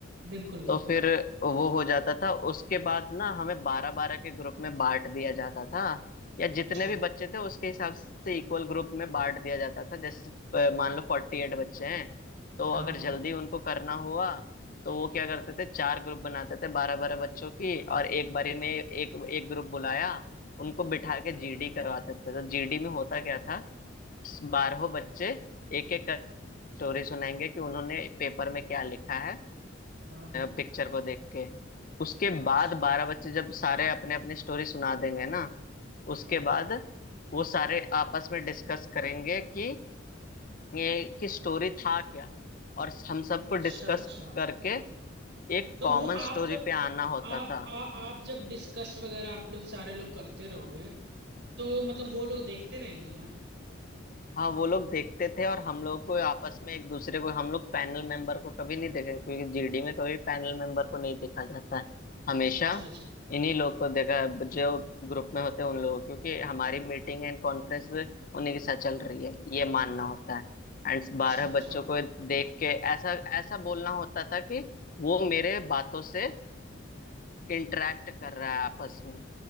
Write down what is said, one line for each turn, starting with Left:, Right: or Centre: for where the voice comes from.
Right: बिल्कुल बिल्कुल
Left: तो फिर वो हो जाता था उसके बाद ना हमें बारह बारह के ग्रुप में बांट दिया जाता था या जितने
Right: अच्छा
Left: भी बच्चे थे उसके हिसाब से इक्वल ग्रुप में बांट दिया जाता था जैसे अ, मान लो फोर्टी एट बच्चे हैं तो
Right: हाँ
Left: अगर
Right: हाँ
Left: जल्दी उनको करना हुआ तो वो क्या करते थे चार ग्रुप बनाते थे बारह बारह बच्चों की और एक बारी में एक एक ग्रुप बुलाया उनको बिठा के जीडी करवाते थे तो जीडी में होता क्या था बारहों बच्चे एक एक कर स्टोरी सुनाएंगे कि उन्होंने पेपर में क्या लिखा है
Right: हाँ हाँ
Left: पिक्चर को देख के उसके
Right: अच्छा
Left: बाद बारह बच्चे जब सारे अपने अपनी स्टोरी सुना देंगे ना उसके
Right: हाँ
Left: बाद वो सारे आपस में डिस्कस करेंगे कि ये कि स्टोरी था क्या और हम सबको
Right: अच्छा
Left: डिस्कस
Right: अच्छा
Left: करके एक
Right: तो
Left: कॉमन
Right: वो आप
Left: स्टोरी
Right: जब
Left: पे आना होता
Right: आप
Left: था
Right: आ, आप जब डिस्कस वगैरह आप लोग सारे लोग करते रहोगे तो मतलब वो लोग देखते रहेंगे क्या
Left: हाँ वो लोग देखते थे और हम लोग को आपस में एक दूसरे को हम लोग पैनल मेंबर को कभी नहीं देखे क्योंकि जीडी में कभी पैनल मेंबर को नहीं देखा जाता है हमेशा
Right: अच्छा अच्छा
Left: इन्हीं लोग को देखा है, जो ग्रुप में होते हैं उन लोगों को, क्योंकि हमारी मीटिंग एंड कॉन्फ्रेंस उन्हीं के साथ चल रही है ये मानना होता है एंड
Right: अच्छा
Left: बारह
Right: अच्छा
Left: बच्चों को देख के ऐसा ऐसा बोलना होता था कि वो मेरे बातों से इंटरेक्ट कर रहा है आपस में